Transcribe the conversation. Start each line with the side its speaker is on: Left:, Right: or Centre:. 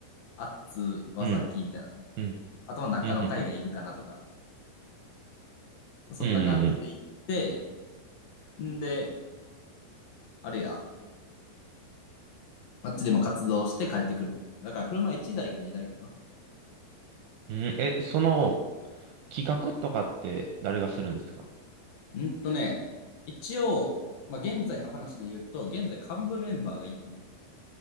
Left: アッツ、ワザキみたいな。
Right: うん。うん
Left: あとは中の会がいるかなとか、
Right: ふんふん。
Left: そんな感じで行って、
Right: うんうん
Left: んで、あれや、あっちでも活動して帰ってくる。だから車1台か2台かな。
Right: うん。うんえ、その、企画とかって誰がするんですか
Left: うんとね、一応、まあ現在の話で言うと、現在幹部メンバーがいるのね。